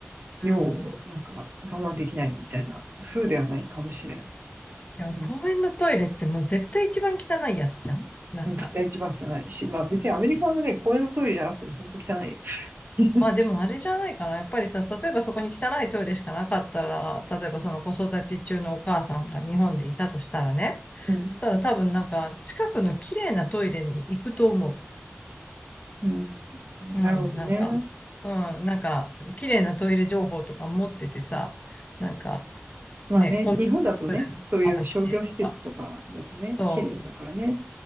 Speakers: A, on the left (about 30°); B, on the right (about 50°).
A: うん
B: 用をなんか我慢できないみたいな風ではないかもしれん。
A: でも公園のトイレってもう絶対一番汚いやつじゃんなんか。
B: うん。うん絶対一番汚いし、まあ別にアメリカのね、公園のトイレじゃなくても本当汚いよ。<laughs>
A: まあでもあれじゃないかな。やっぱりさ、例えばそこに汚いトイレしかなかったら、例えばその子育て中のお母さんが日本でいたとしたらね。
B: うん。
A: そしたら多分なんか近くの綺麗なトイレに行くと思う。
B: うん。なるほどね。
A: うん、なんか。うん、なんか綺麗なトイレ情報とか持っててさ、なんか
B: まあね、
A: ね、コンビニのトイレまだ綺麗とか。
B: 日本だとね、そういう商業施設とかだとね、
A: そう、
B: 綺麗だからね。